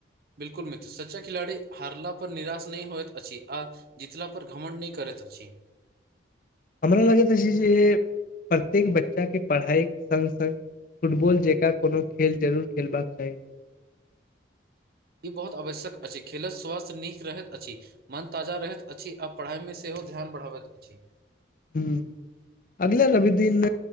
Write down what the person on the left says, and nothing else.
हमरा लगैत छै जे प्रत्येक बच्चा केँ पढ़ाइ केँ संग संग फुटबॉल जकाँ कोनो खेल जरूर खेलबाक चाही
हुँ अगला रवि दिन